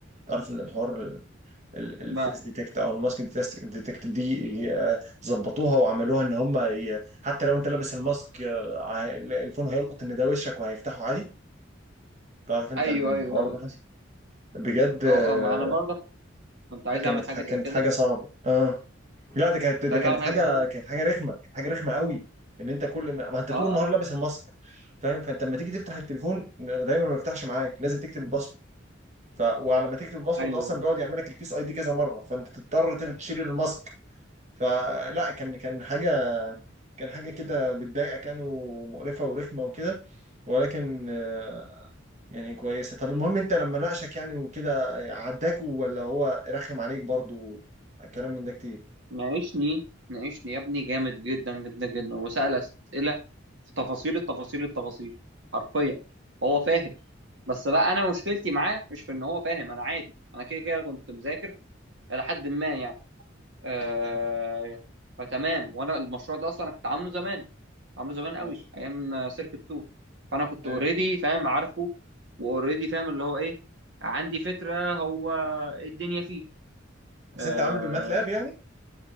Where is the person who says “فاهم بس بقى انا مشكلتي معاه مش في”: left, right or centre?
Right